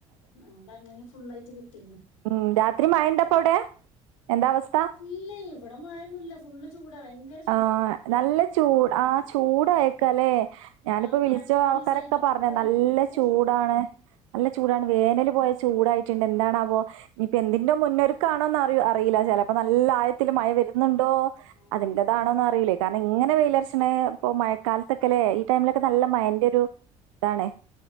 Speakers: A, on the left; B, on the right.
A: അതോണ്ട് അങ്ങനെ ഫുള്ളായിട്ട് കിട്ടീക്ക്ണ്
B: ഹ്മ്മ് രാത്രി മഴണ്ടപ്പവിടെ എന്താ അവസ്ഥ
A: ഇല്ല ഇവടെ മഴയൊന്നുല്ല ഫുള്ള് ചൂടാ ഭ
B: ആഹ് നല്ല ചൂട് ആഹ് ചൂടായക്കല്ലെ ഞാനിപ്പോ
A: ആഹ് ഇപ്പൊ
B: വിളിച്ചോ
A: രണ്ട് മൂന്ന്
B: ആൾക്കാര
A: ദിവസായിട്ട്
B: ഒക്കെ
A: പെട്ടെന്ന്
B: പറഞ്ഞെ നല്ല
A: ഭയങ്കര
B: ചൂടാണ്,
A: ചൂട്
B: നല്ല ചൂടാണ് വേനല് പോയ ചൂടായിട്ട്ണ്ട് എന്താണാവോ ഇനിയിപ്പോ എന്തിന്റെ മുന്നൊരക്കാണോന്ന് അറി അറില്ല ചെലപ്പോ നല്ല ആയത്തില് മഴ വരു ന്നുണ്ടോ
A: ആഹ്
B: അതിന്റതാണോന്ന് അറിയില്ലേ. കാരണം ഇങ്ങനെ വെയിലർച്ച്ണെ ഇപ്പൊ മഴക്കാലത്ത ക്കല്ലെ ഈ ടൈമിലൊക്കെ നല്ല മഴന്റൊരു ഇതാണ്.